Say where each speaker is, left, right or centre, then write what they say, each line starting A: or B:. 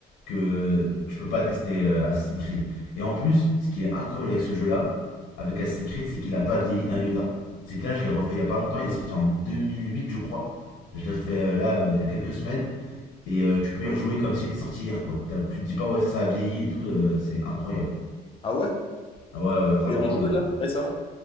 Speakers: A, on the left; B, on the left.
A: que euh, tu peux pas tester euh, Assassin's Creed. Et en plus, ce qui est incroyable avec ce jeu-là, avec Assassin's Creed, c'est qu'il a pas vieilli d'un iota. C'est que là, je l'ai refait il y a pas longtemps, il est sorti en 2008, je crois. Je l'ai refait euh, là, euh, il y a quelques semaines. Et euh, tu peux y rejouer comme s'il était sorti hier, quoi. T'as- tu te dis pas, ouais, ça, ça a vieilli et tout, euh, c'est incroyable.
B: Ah ouais?
A: Ouais, ouais, vraiment.
B: Tu y as rejoué
A: euh,
B: là, récemment?